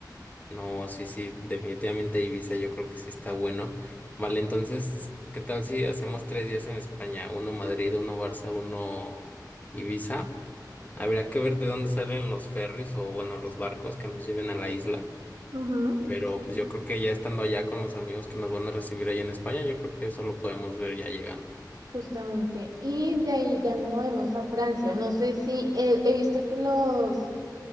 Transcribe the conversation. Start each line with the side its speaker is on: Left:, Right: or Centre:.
Left: No, sí, sí, definitivamente Ibiza yo creo que sí está bueno. Vale, entonces, ¿qué tal si hacemos tres días en España? Uno Madrid, uno Barça, uno Ibiza.
Right: Justo.
Left: Habría que ver de dónde salen los ferries o, bueno, los barcos que nos lleven a la isla.
Right: Ujú,
Left: Pero
Right: sí,
Left: pues yo creo que ya estando allá con los amigos que nos van a recibir allá en España, yo creo que eso lo podemos ver ya llegando.
Right: justamente. Y de ahí ya nos movemos a Francia. No sé si eh, he visto que los